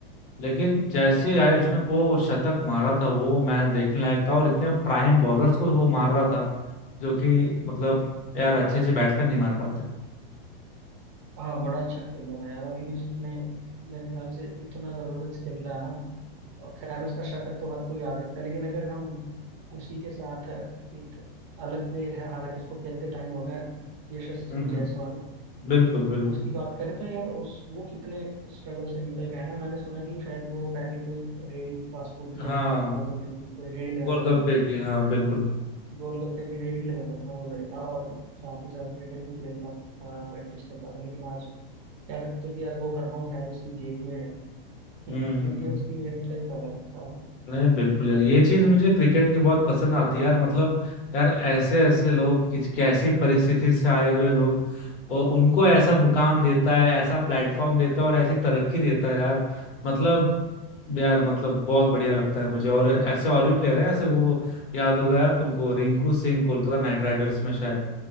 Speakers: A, on the left; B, on the right.
A: लेकिन जैसे यार
B: हम्म
A: इसने वो शतक मारा था वो मैच देखने लायक था और इतने प्राइम बॉलर्स को वो मार रहा था जो कि मतलब यार अच्छे अच्छे बैट्समैन नहीं मार पाते
B: हाँ बड़ा अच्छा खेल रहा था यार अभी भी उसने मेरे ख्याल से इतना जबरदस्त खेला है ना और खैर उसका शतक तो हर कोई याद रखता है लेकिन अगर हम उसी के साथ एक अलग प्लेयर है हालांकि उसको खेलते टाइम हो गया यशस्वी
A: हम्म
B: जायसवाल
A: हम्म बिल्कुल बिल्कुल
B: उसकी बात करें तो यार उस वो कितने स्ट्रगल से निकल गया ना मैंने सुना कि शायद वो पहले कोई रेडी फास्ट फूड की
A: हाँ
B: या फिर शायद गोलगप्पे की कोई रेडी लगाता
A: गोलगप्पे
B: था ना
A: की हाँ बिल्कुल
B: गोलगप्पे की रेडी लगाता था वो लड़का और साथ ही साथ क्रिकेट भी खेलता था प्रैक्टिस करता था लेकिन आज कह सकते हो कि यार वो खरगोश शायद उसकी जेब में है हम्म,
A: हम्म
B: क्योंकि
A: हम्म,
B: ये
A: हम्म।
B: उसकी मेहनत का ही फल है हाँ
A: नहीं बिल्कुल यार ये चीज
B: हाँ।
A: मुझे क्रिकेट की बहुत पसंद आती है यार मतलब यार ऐसे ऐसे लोग किस कैसी परिस्थिति से आए हुए लोग और उनको ऐसा मुकाम देता है ऐसा प्लेटफॉर्म देता है और ऐसी तरक्की देता है यार मतलब यार मतलब बहुत बढ़िया लगता है मुझे और ऐसे और भी प्लेयर है ऐसे वो याद होगा यार तुमको रिंकू सिंह कोलकाता नाइट राइडर्स में शायद